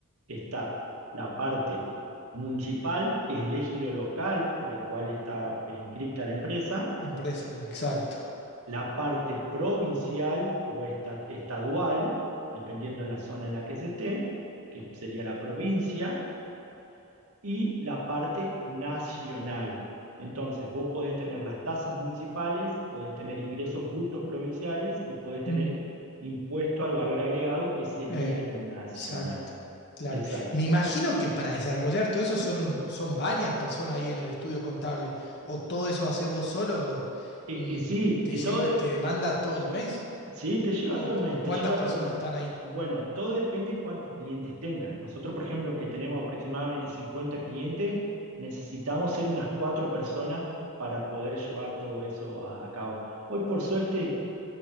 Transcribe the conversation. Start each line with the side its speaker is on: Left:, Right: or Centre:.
Right: Está la parte municipal, que es el ejido local por el cual está eh, inscripta la empresa,
Left: La empresa, exacto.
Right: la parte provincial o estadual, dependiendo de la zona en la que se esté, que sería la provincia, y la parte nacional. Entonces, vos podés tener las tasas municipales, podés tener ingresos brutos provinciales y podés tener
Left: Mm.
Right: impuesto al valor agregado, que sería
Left: Eh,
Right: el nacional.
Left: exacto, claro.
Right: Exacto.
Left: Me imagino que para desarrollar todo eso son un, son varias personas ahí en el estudio contable. O todo eso haces vos solo,
Right: Eh,
Left: mm,
Right: eh, sí,
Left: te
Right: eh,
Left: lleva,
Right: todo,
Left: te demanda todo el mes.
Right: Sí, te lleva
Left: O,
Right: todo el mes,
Left: o
Right: te
Left: cuántas
Right: lleva
Left: personas
Right: todo el mes.
Left: están ahí.
Right: Bueno, todo depende cuántos clientes tengas. Nosotros, por ejemplo, que tenemos aproximadamente 50 clientes, necesitamos ser unas cuatro personas para poder llevar todo eso a, a cabo. Hoy, por suerte,